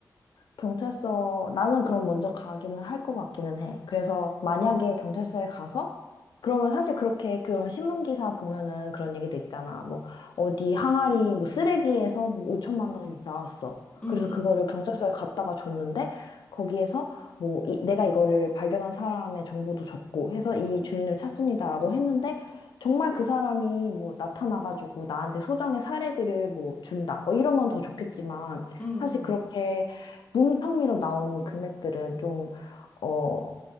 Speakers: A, on the left (about 85°); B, on the left (about 15°).
A: 경찰서, 나는 그럼 먼저 가기는 할 것 같기는 해. 그래서 만약에
B: 어,
A: 경찰서에 가서, 그러면 사실 그렇게 그런 신문기사 보면은 그런 얘기도 있잖아. 뭐, 어디 항아리, 뭐, 쓰레기에서 뭐 5천만 원이 나왔어.
B: 응,
A: 그래서 그거를
B: 응.
A: 경찰서에 갔다가 줬는데, 거기에서 뭐, 이- 내가 이거를 발견한 사람의 정보도 적고 해서 이 주인을 찾습니다라고 했는데, 정말 그 사람이 뭐 나타나가지고 나한테 소정의 사례비를 뭐 준다. 뭐 이러면 더 좋겠지만,
B: 응,
A: 사실
B: 응.
A: 그렇게 뭉텅이로 나온 금액들은 좀, 어,